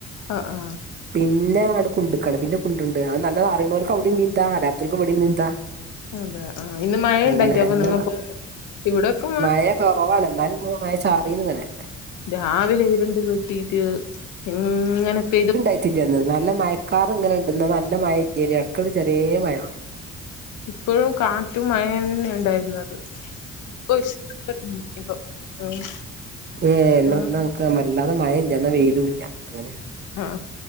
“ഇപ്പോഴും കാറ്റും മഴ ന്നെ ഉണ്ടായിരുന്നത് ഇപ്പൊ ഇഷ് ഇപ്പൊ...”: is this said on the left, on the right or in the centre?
Left